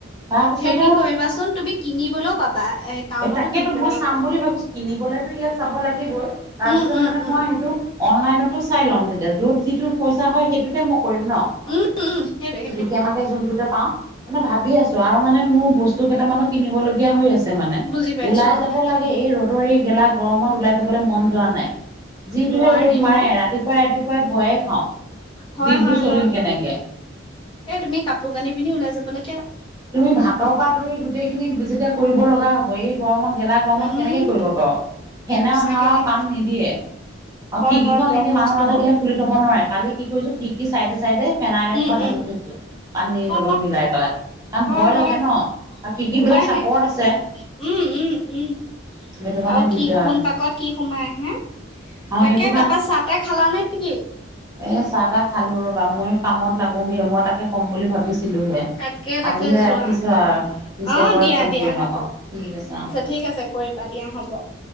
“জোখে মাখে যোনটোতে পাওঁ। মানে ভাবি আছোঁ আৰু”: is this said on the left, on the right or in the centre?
Right